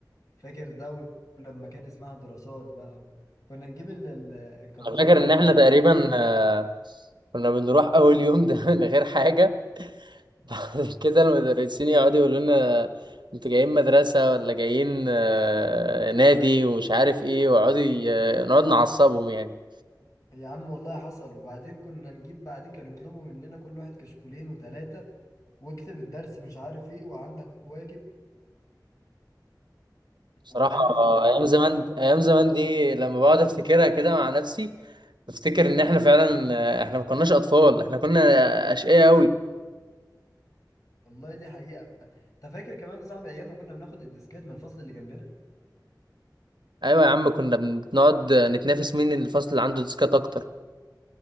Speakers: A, on the left; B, on the right.
A: فاكر ده لما كان اسمها دراسات بقى كنا نجيب ال- ال- الكراسه
B: انا فاكر
A: كنا
B: ان
A: نحضر
B: احنا تقريبا
A: كده
B: آه، كنا بنروح اول يوم ده <laughs> من غير حاجة <laughs> بعد كده المدرسين يقعدوا يقولوا لنا انتوا جايين مدرسة ولا جايين آه، نادي ومش عارف ايه ويقعدوا ي- نقعد نعصبهم يعني
A: يا عم والله حصل وبعدين كنا نجيب بعدين كانوا يطلبوا مننا كل واحد كشكولين وثلاثه واكتب الدرس مش عارف ايه وعندك واجب
B: بصراحة
A: وغلف ال... وغلف
B: أيام زمان أيام زمان دي لما بقعد أفتكرها كده مع نفسي بفتكر إن إحنا فعلا آه، إحنا ما كناش أطفال إحنا كنا أشقياء أوي
A: والله دي حقيقه انت فاكر كمان يا صاحبي ايام ما كنا بناخد الديسكات من الفصل اللي جنبنا
B: أيوة يا عم كنا بنقعد نتنافس مين الفصل اللي عنده ديسكات أكتر